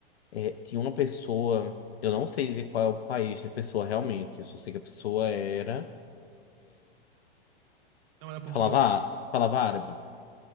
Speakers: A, on the left; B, on the right.
A: é, tinha uma pessoa, eu não sei dizer qual é o país da pessoa realmente, eu só sei que a pessoa era
B: Não era portuguesa,
A: falava
B: né?
A: á- falava árabe.